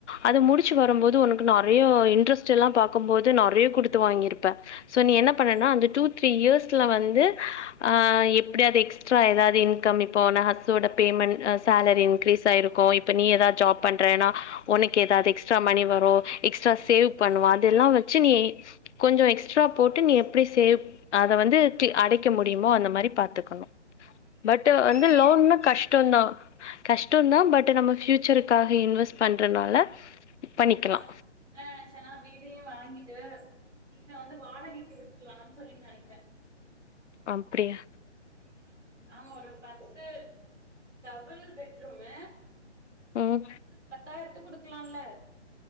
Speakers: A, on the left; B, on the right.
A: அதை முடிச்சு வரும்போது உனக்கு நெறய இன்ட்ரெஸ்ட் எல்லா பாக்குபோது நெறய குடுத்து வாங்கிருப்ப சோ நீ என்ன பண்ணனா
B: ஆமா
A: அந்த டூ த்ரீ இயர்ஸ்ல வந்து ஆ எப்டி அது எக்ஸ்ட்ரா எதாவது இன்கம் இப்போ நாசோட பேமெண்ட் சேலரி இன்க்ரீஸ் ஆய்ருக்கு நீ எதாவது ஜாப் பண்றன்னா உனக்கு எதாவது எக்ஸ்ட்ரா மணி வரு எக்ஸ்ட்ரா சேவ் பண்ணுவ
B: ம்
A: அதெல்லா வச்சு நீ கொஞ்சோ எக்ஸ்ட்ரா போட்டு நீ எப்டி சேவ் அத வந்து அடைக்க முடியுமோ அந்த மாரி பாத்துக்கணு பட் வந்து
B: ஓகே
A: லோன்னா
B: ஓகே
A: கஷ்டந்தா கஷ்ட தா பட் நம்ம ஃபியூச்சருக்காக இன்வெஸ்ட் பண்றனால பண்ணிக்கலா
B: நா என்ன நெனச்சன்னா வீடே வாங்கிட்டு வீட்ட வந்து வாடகைக்கு விட்ருலான் சொல்லி நெனைக்கிற
A: அப்டியா
B: ஆமா ஒரு பத்து டபுள் பெட்ரூமு
A: ம்
B: பத்தாயிரத்துக் குடுக்கலால